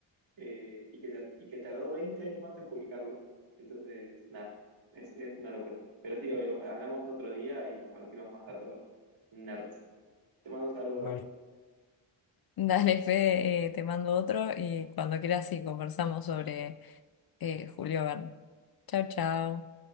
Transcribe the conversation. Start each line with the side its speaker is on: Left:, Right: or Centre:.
Right: eh, y, que, ta- y que tardó 20 años más en publicarlo. Entonces, nada, es, es una locura. Pero sí, obvio, hablamos otro día y compartimos más datos nerds. Te mando un saludo,
Left: Dale.
Right: Cami.
Left: Dale, Fede, eh, te mando otro y cuando quieras sí conversamos sobre eh, Julio Verne. Chao, chao.